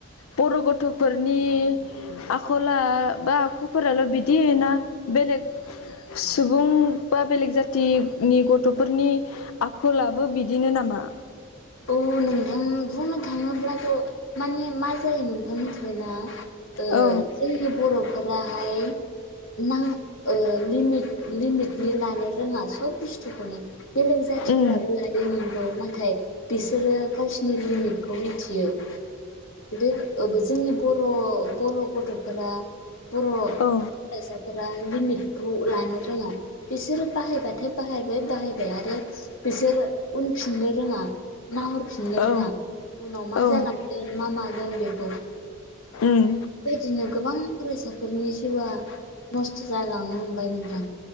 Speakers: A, on the left (about 80°); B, on the left (about 65°).
A: बर' गथ'फोरनि आखला बा आखुफोराल' बिदि ना बेलेग सुबुं बा बेलेग जाथिनि गथ'फोरनि आखलाबो बिदिनो नामा?
B: औ नोंथां बुंनो थाङोब्लाथ' माने मा जायो नोंथां मिथिबायना
A: औ
B: जोंनि बर'फोराहाय ना ओ लिट लिमिटनि लानो रोङा सब बुस्थुखौनो बेले जाथिफोराबो
A: उम
B: लायो नंगौ नाथाय बिसोरो गावसिनि लिमिटखौ मिथियो। <unintelligible> बे जोंनि बर' बर' गथ'फोरा बर'
A: औ
B: फरायसाफोरा लिमिट <unintelligible> लानो रोङा बिसोरो बाहायबथाय बाहायबाय बाहायबाय आरो बिसोर उनफिननो रोङा नाहरफिननो
A: औ
B: रोङा उनाव मा
A: औ
B: जालांगोन मा मागोन बेखौ।
A: उम
B: बेबायदिनो गोबां फरायसाफोरनि जिउआ नस्थ' जालांनो हमबाय नोंथां।